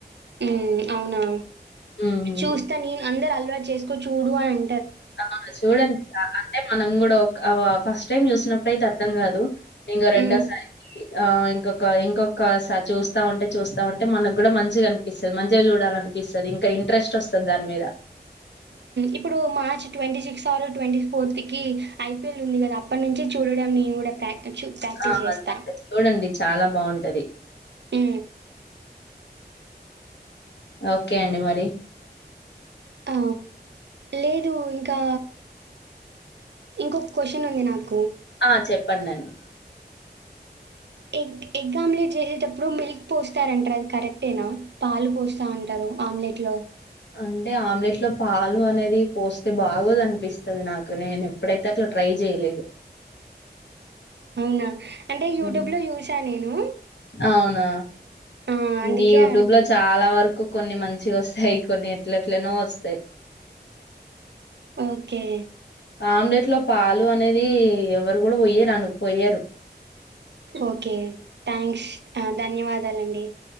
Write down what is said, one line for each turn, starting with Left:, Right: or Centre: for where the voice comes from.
Right: ఉ అవునా
Left: హ్మ్.
Right: చూస్తా నేను అం ఇద్దరు అల్వాట్ చేసుకో చూడు అని అం
Left: అవునా చూడండి అంటే మనం కూడా అ ఫస్ట్ టైం చూస్తున్నాప్ అప్పుడైతే అర్థం కాదు ఇంకా రెండోసారి
Right: హ్మ్.
Left: కి ఆ ఇంకొక ఇంకొక సరి చూస్తా ఉంటే చూస్తా ఉంటే మనకు కూడా మంచిగా అనిపిస్తుంది మంచిగా చూడాల అనిపిస్తుంది ఇంకా ఇంట్రెస్ట్ వస్తుంది దాని మీద
Right: ఇప్పుడు March twenty six or twenty fourth కి ఐపీఎల్ ఉంది కదా అప్పటి నుంచి చూడడం నేను కూడా ప్ర అచూ ప్రాక్టీస్
Left: ఆ
Right: జేస్తా
Left: అదే అండి చూడండి చాలా బాగుంటది
Right: అ
Left: ఓకే అండి మరి
Right: ఆ లేదు ఇంకా ఇంకొక క్వశ్చన్ ఉంది నాకు
Left: ఆ చెప్పండిండి
Right: ఎగ్ ఎగ్ ఆమ్లెట్ చేసేటప్పుడు మిల్క్ పోస్తారంటారు అది కరెక్టేనా పాలు పోస్తా అంటారు ఆమ్లెట్ లో
Left: అంటే ఆమ్లెట్ లో పాలు అనేది పోస్తే బాగోదు అనిపిస్తుంది నాకు నేను ఎప్పుడైతే అట్లా ట్రై చేయలేదు
Right: అవునా అంటే యూట్యూబ్
Left: హ్మ్.
Right: లో యూ నేను
Left: అవునా
Right: ఆ! అందుకే
Left: నీ యూట్యూబ్
Right: అడుగుతా.
Left: లో చాలా వరకు కొన్ని మంచిగా వస్తాయి కొన్ని ఎట్లెట్లనో వస్తాయి
Right: ఓకే
Left: ఆమ్లెట్ లో పాలు అనేది ఎవరు కూడా పొయ్యరు అను పొయ్యరు
Right: ఓకే థ్యాంక్స్ అ ధన్యవాద దాలండి